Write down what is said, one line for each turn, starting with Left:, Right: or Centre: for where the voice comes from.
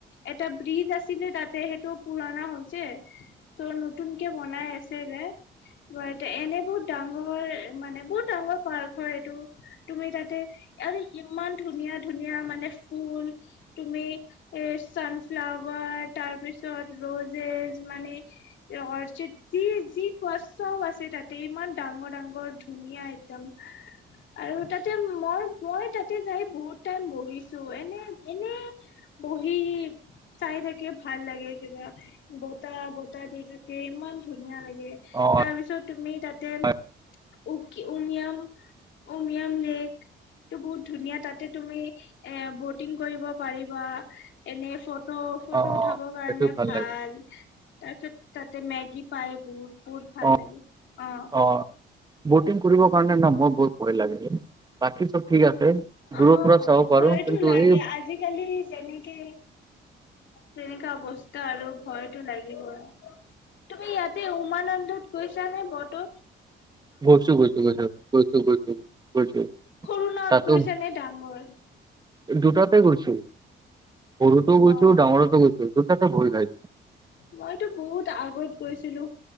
Left: এটা ব্ৰিজ আছিলে তাতে সেইটো পুৰণা হৈছে ত' নতুনকে বনাই আছিলে বাত তে এনেবোৰ ডাঙৰ মানে বহুত ডাঙৰ পাৰ্ক হয় এইটো তুমি তাতে আৰু ইমান ধুনীয়া ধুনীয়া মানে ফুল তুমি এ চানফ্লাৱাৰ তাৰপিছত ৰোজেছ মানে এ অৰ্চিড যি যি কোৱা চব আছে তাতে ইমান ডাঙৰ ডাঙৰ ধুনীয়া একদম আৰু তাতে মই মই তাতে যাই বহুত টাইম বহিছো এনে এনে বহি চাই থাকি ভাল লাগে কিবা বতাহ বতাহ দি থাকে ইমান ধুনীয়া লাগে
Right: অ
Left: তাৰপিছত তুমি তাতে উ
Right: অ',
Left: উমিয়াম উমিয়াম লেক টো বহুত ধুনীয়া তাতে তুমি এ ব'টিং কৰিব পাৰিবা এনে ফ ফটো ফটো
Right: অ',
Left: উঠাবৰ কাৰণে
Right: সেইটো
Left: ভাল
Right: লাগে
Left: তাৰপিছত তাতে মেগী পায় বহুতো। বহুত ভাল
Right: অ
Left: লাগে অ
Right: অ' ব'টিং কৰিবৰ কাৰণে ন মোৰ বহুত ভয় লাগে বাকী চ'ব ঠিক আছে। দূৰৰ
Left: অ'
Right: পৰা চাব পাৰো
Left: ভয়তো
Right: কিন্তু
Left: লাগে
Right: এই
Left: আজিকালি যেনে কে তেনেকুৱা অৱস্থা আৰু ভয়টো লাগিবই। তুমি ইয়াতে উমানন্দত গৈছা নে ব'তত।
Right: গৈছো গৈছো গৈছো গৈছো গৈছো গৈছো
Left: সৰু নাৱত
Right: তাতো
Left: গৈছে নে ডাঙৰ
Right: দুটাতে গৈছো সৰুতোও
Left: অ',
Right: গৈছো ডাঙৰতো গৈছো দুটাতে ভয় লাগে
Left: মইতো বহুত আগত গৈছিলো